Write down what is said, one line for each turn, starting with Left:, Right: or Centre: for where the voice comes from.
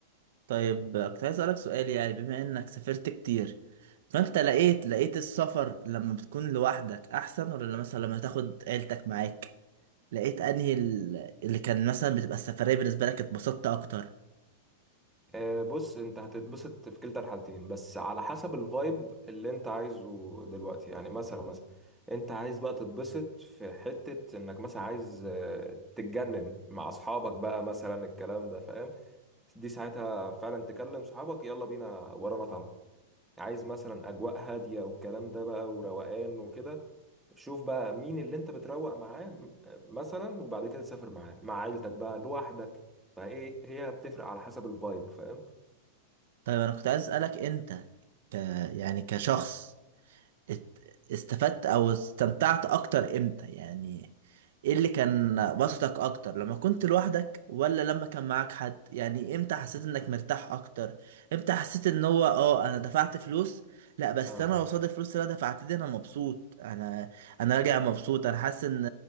Right: طيب كنت عايز اسالك سؤال يعني بما انك سافرت كتير فانت لقيت لقيت السفر لما بتكون لوحدك احسن ولا لما- مثلا لما تاخد عيلتك معاك لقيت انهي ال- اللي كان مثلا بتبقى السفرية بالنسبة لك اتبسطت اكتر
Centre: آه، بص انت هتتبسط في كلتا الحالتين بس على حسب الفايب اللي انت عايزه دلوقتي يعني مثلا مثلا انت عايز بقى تتبسط في حتة انك مثلا عايز آه، تتجنن مع اصحابك بقى مثلا الكلام ده فاهم دي ساعتها فعلا تكلم صحابك يلا بينا ورانا طالعة عايز مثلا اجواء هادية والكلام ده بقى وروقان وكده شوف بقى مين اللي انت بتروق معاه م- مثلا وبعد كده تسافر معاه مع عيلتك بقى لوحدك فايه هي بتفرق على حسب الفايب فاهم
Right: طيب انا كنت عايز اسالك انت ك يعني كشخص ات- استفدت او استمتعت اكتر امتى يعني ايه اللي كان بسطك اكتر لما كنت لوحدك ولا لما كان معاك حد يعني امتى حسيت انك مرتاح اكتر امتى حسيت ان هو اه انا دفعت فلوس لا بس
Centre: اه
Right: انا قصاد الفلوس اللي انا دفعت دي انا مبسوط انا انا راجع مبسوط انا حاسس ان